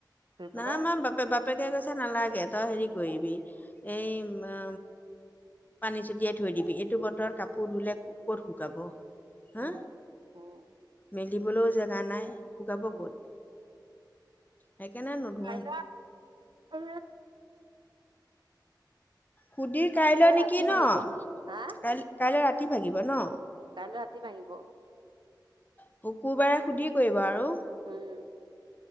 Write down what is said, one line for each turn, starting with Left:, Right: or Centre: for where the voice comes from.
Right: ধুই পেলাই
Left: নাই মাৰ বাপে বাপেকে কৈছে নালাগে তই হেৰি কৰিবিবি এই ম পানী ছটিয়াই থৈ দিবি এইটো বতৰ কাপোৰ ধুলে ক'ত শুকাব হা
Right: উম উম
Left: মেলিবলৈও জেগা নাই শুকাব
Right: উম
Left: ক'ত সেইকাৰণে নুধো
Right: কল উ
Left: সুধিৰ কাইলৈ নেকি
Right: ৰাতি
Left: ন
Right: ভাঙিব
Left: কাই
Right: হা
Left: কাইলৈ ৰাতি ভাগিব ন
Right: কাই ৰাতি ভাঙিব
Left: শুকুৰবাৰে সুধি কৰিবা আৰু
Right: উম